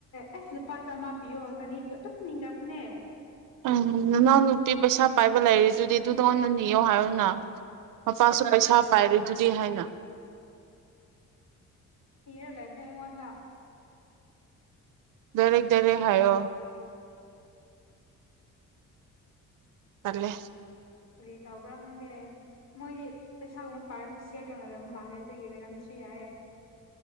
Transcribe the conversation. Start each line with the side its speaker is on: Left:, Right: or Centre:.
Left: ꯑꯂ ꯄꯆꯥ ꯃꯥꯄ ꯄꯤꯌꯣ ꯁꯅꯤ ꯄꯌꯣꯣ ꯅꯤꯔꯞꯅꯦ
Right: ꯎꯝ ꯅꯅꯥꯎ ꯅꯨꯄꯤ ꯄꯩꯁꯥ ꯄꯥꯏꯕ ꯂꯩꯔꯤꯗꯨꯗꯤ ꯑꯗꯨꯗꯉꯟꯅꯅꯤꯌꯣ ꯍꯥꯏꯌꯣꯅ ꯃꯄꯥꯁꯨ ꯄꯩꯁꯥ ꯄꯥꯏꯔꯗꯨꯗꯤ ꯍꯥꯏꯅ
Left: ꯏꯔ ꯂꯩꯅꯦ ꯑꯩꯉꯣꯟꯗ
Right: ꯗꯔꯀ ꯗꯔ ꯍꯥꯏꯌꯣ ꯇꯂꯦ
Left: ꯀꯔꯤ ꯇꯧꯕ꯭ꯔꯥ ꯈꯪꯗꯦ ꯃꯣꯏꯗꯤ ꯄꯩꯁꯥꯒꯨꯝꯕ ꯄꯥꯔꯁꯨ ꯁꯤꯌꯔ ꯇꯧꯅꯗꯕ ꯃꯥꯜꯂꯦ ꯑꯗꯨꯒꯤ ꯑꯣꯏꯔꯝꯁꯨ ꯌꯥꯏꯦ